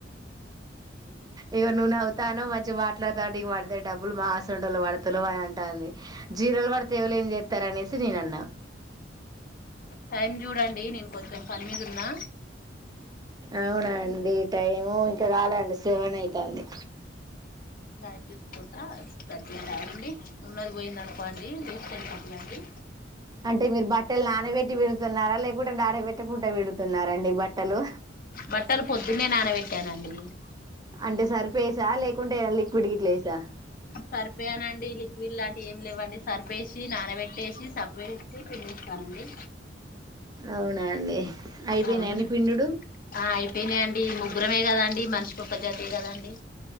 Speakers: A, on the right; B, on the left.
A: ఇక నువ్వు నవ్వుతాన్నవు మంచి మాటలాడతాడు ఇక పడతే డబ్బులు మాసంటలు పడతలు అని అంటాంది జీరలు పడితే ఎవలే ఏం చేస్తారు అనేసి నేన అన్నా
B: టైం చూడండి నేను కొంచెం పని మీదున్నా
A: అవున అండి టైము ఇంకా కాలే అండి సెవెన్ అయితుంది
B: టైమ్ చూసుకుంట అద్దలా ఉండి ఉన్నది పోయింది అనుకోండి తీసుకెళ్ ఇలాండి
A: అంటే మీరు బట్టలు నాన పెట్టి విడుతున్నారా లేకుంటడా నానా పెట్టికుంట విడుతున్నారండి బట్టలు
B: బట్టలు పొద్దున్నే నానబెట్టానండి <inaudible>
A: అంటే సరిప వేసా లేకుంటే లిక్విడ్ గిట్ల వసా
B: సరిపోయానండి లిక్విడ్ లాంటి ఏ లేవండి సరిపేసి నానబెట్టేసి సబ్బు వేసి పిండిస్తానండి
A: అవునా అండి అయిపోయినాయా
B: అవును
A: అండి పిండుడు
B: అయిపోయాయి అండి ముగ్గురమే కదండీ మనిషికి ఒక జతే కదండీ